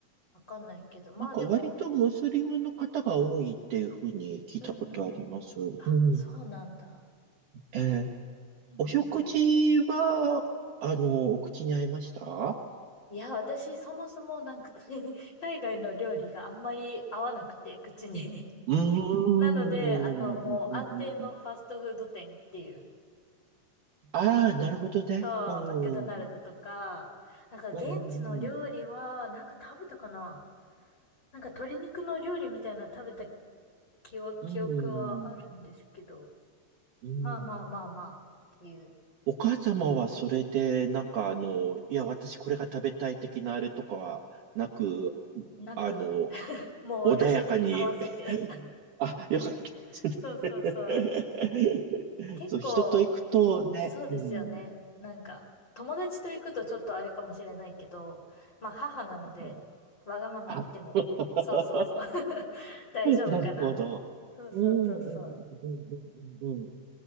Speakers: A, on the left; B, on the right.
A: う。わかんないけど。まあでも、
B: なんか割とムスリムの方が多いっていうふうに聞いたことあります。
A: うんうんうん。
B: うん。
A: あ、そうなんだ。
B: えー
A: うんうん。
B: お食事は、あの、お口に合いました
A: いや、私、そもそもなんか <laughs> 海外の料理があんまり合わなくて、口に。
B: うーん。
A: なので、あの、もう安定のファストフード店っていう。
B: うんうんうんうん。ああー、なるほどね。
A: と、
B: うん。
A: マクドナルドとか、なんか現地の料理は、
B: うんうん
A: なんか食べたかななんか鶏肉の料理みたいなの食べた記憶、
B: うん。
A: 記憶はあるんですけど、
B: うんうん。
A: まあまあまあまあっていう、
B: お母様はそれで、なんかあの、
A: うんう
B: いや、私これが食べたい的なあれとかはなく、
A: ん、なく、
B: あの、
A: <laughs> もう私に合わせて
B: 穏やかにあ、よかったですね。
A: <laughs> そうそうそう。結構、
B: <laughs> そう、人と行くとね、
A: そうですよね。
B: うん、
A: なんか、友達と行くとちょっとあれかもしれないけど、まあ母なので、
B: うん。
A: わがまま言っても、
B: あ <laughs>
A: そうそうそう <laughs> 大丈夫かなって
B: なるほど。
A: そうそうそうそう。
B: うん、うん、うん、うん、うんうん。